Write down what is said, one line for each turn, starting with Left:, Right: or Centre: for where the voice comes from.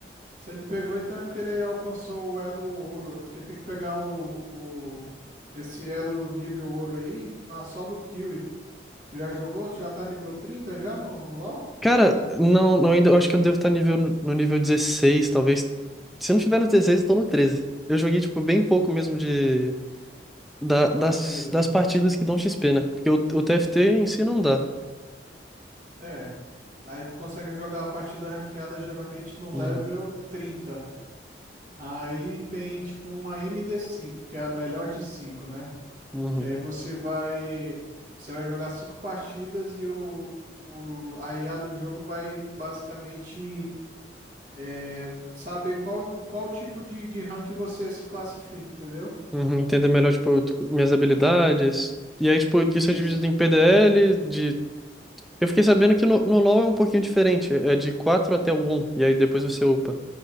Right: Se ele pegou, então é porque ele alcançou o elo ouro. É porque tem que pegar o, o- esse elo nível ouro aí na solo kill. Tu já jogou? Tu já tá nível 30 já no, no LoL?
Centre: Cara, não, não ainda, eu acho que eu devo estar nível, no no nível 16, talvez. Se eu não tiver no 16, eu tô no 13. Eu joguei, tipo, bem pouco mesmo de, da- das,
Right: Partida.
Centre: das partidas que dão XP, né? Porque o, o TFT em si não dá.
Right: É. Aí tu consegue jogar a partida ranqueada geralmente no
Centre: Uhum,
Right: level 30. Aí tem tipo uma md cinco, que é a melhor de 5, né?
Centre: uhum,
Right: Que aí você vai você vai jogar cinco partidas e o, o a IA do jogo vai basicamente é, saber qual, qual tipo de, de rank você se classifica, entendeu?
Centre: uhum. Entender melhor, tipo, tu- minhas habilidades. E aí, tipo, isso
Right: Isso.
Centre: é dividido em PDL, de... Eu fiquei sabendo que no, no LoL é um pouquinho diferente. É de 4 até o 1, e aí depois você upa,